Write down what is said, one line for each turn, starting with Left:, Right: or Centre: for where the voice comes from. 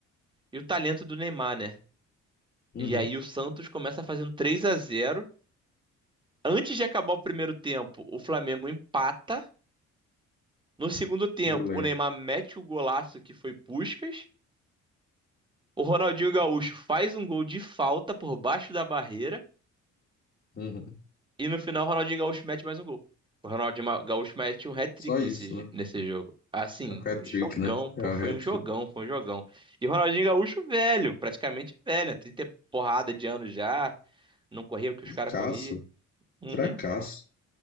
Right: e o talento do Neymar, né?
Left: Uhum.
Right: E aí o Santos começa fazendo três a zero Antes de acabar o primeiro tempo, o Flamengo empata. No segundo tempo,
Left: Eu lembro.
Right: o Neymar mete o golaço que foi Puskás. O Ronaldinho Gaúcho faz um gol de falta por baixo da barreira.
Left: Uhum.
Right: E no final, o Ronaldinho Gaúcho mete mais um gol. O Ronaldinho Ma- Gaúcho mete um hat-trick
Left: Só isso,
Right: nesse,
Left: né?
Right: nesse jogo. Assim,
Left: É O hat-trick,
Right: um jogão,
Left: né?
Right: pô.
Left: É o
Right: Foi
Left: hat-trick.
Right: um jogão, foi um jogão. E o Ronaldinho Gaúcho velho, praticamente velho, né? 30 porrada de anos já. Não corria o que os caras
Left: Caço,
Right: corriam. Uhum.
Left: tracasso.